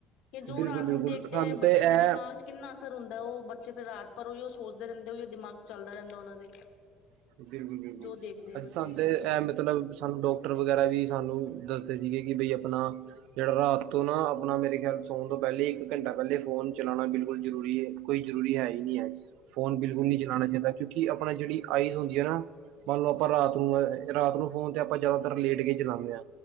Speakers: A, on the left; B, on the right.
A: ਜੋ
B: ਬਿਲਕੁਲ
A: ਰਾਤ ਨੂੰ
B: ਬਿਲਕੁਲ,
A: ਦੇਖਦੇ
B: ਸਾਨੂੰ
A: ਐ
B: ਤੇ
A: ਬੱਚੇ
B: ਇਹ
A: ਦੇ ਦਿਮਾਗ ਚ ਕਿੰਨਾ ਅਸਰ ਹੁੰਦਾ ਓ ਬੱਚੇ ਫੇਰ ਰਾਤ ਪਰ ਓਈਓ ਸੋਚਦੇ ਰੈੰਦੇ ਓਈਓ ਦਿਮਾਗ ਚੱਲਦੈ ਰੈੰਦਾ ਓਨਾਂ ਦੇ।
B: <inaudible>
A: ਜੋ ਦੇਖਦੇ ਆ ਬੱਚੇ
B: ਸਾਨੂੰ
A: ਹਾਂਜੀ
B: ਡੋਕਟਰ ਵਗੈਰਾ ਵੀ ਸਾਨੂੰ ਦੱਸਦੇ ਸੀਗੇ ਕਿ ਬਈ ਅਪਣਾ ਜੇੜਾ ਰਾਤ ਤੋਂ ਨਾ ਅਪਣਾ ਮੇਰੇ ਖਿਆਲ ਸੋਣ ਤੋਂ ਪੈਲੇ ਈ ਇੱਕ ਘੰਟਾ ਪੈਲੇ ਫੋਨ ਚਲਾਣਾ ਬਿਲਕੁਲ ਜਰੂਰੀ ਏ। ਕੋਈ ਜ਼ਰੂਰੀ ਹੈ ਈ ਨੀ ਐ ਫੋਨ ਬਿਲਕੁਲ ਨੀ ਚਲਾਣਾ ਚਾਈਦਾ ਕਿਉਂਕਿ ਅਪਣਾ ਜੇੜੀ ਆਈ ਹੁੰਦੀਐ ਨਾ ਮੰਨ ਲੋ ਆਪਾਂ ਰਾਤ ਨੂੰ ਅਏ ਰਾਤ ਨੂੰ ਫੋਨ ਤੇ ਆਪਾਂ ਜਿਆਦਾਤਰ ਲੇਟ ਕੇ ਚਲਾਣੇ ਆਂ।